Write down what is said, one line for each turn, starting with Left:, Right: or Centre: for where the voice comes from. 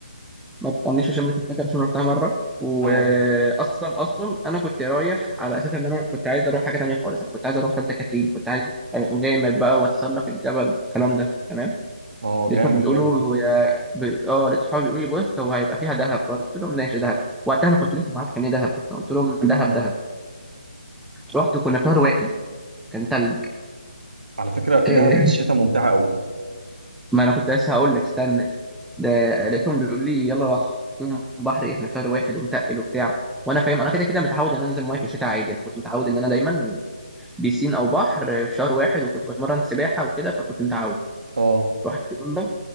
Centre: ما تسالنيش عشان مش متذكر عشان رحتها مره واصلا
Right: اه
Centre: اصلا انا كنت رايح على اساس ان انا كنت عايز اروح حاجه تانيه خالص انا كنت عايز اروح سانتا كاترين كنت عايز أبقى مغامر بقى واتسلق الجبل الكلام ده تمام
Right: اه
Centre: لقيتهم
Right: جامد
Centre: بيقولوا
Right: جامد
Centre: يا ب... اه لقيت صحابي بيقولوا لي بص هو هيبقى فيها دهب برضه قلت لهم ماشي دهب وقتها انا كنت لسه ما اعرفش يعني ايه دهب اصلا قلت لهم دهب
Right: اه
Centre: دهب رحت وكنا في شهر واحد كان تلج
Right: على فكره دهب
Centre: <laughs>
Right: في الشتاء ممتعه قوي
Centre: ما انا كنت لسه هقول لك استنى ده لقيتهم بيقولوا لي يلا راح قلت لهم بحر إيه؟ احنا في شهر واحد ومتقل وبتاع وانا فاهم انا كده كده متعود ان انا انزل ميه في الشتاء عادي انا كنت متعود ان انا دايما بيسين او بحر في شهر واحد وكنت بتمرن سباحه وكده فكنت متعود
Right: اه
Centre: رحت يلا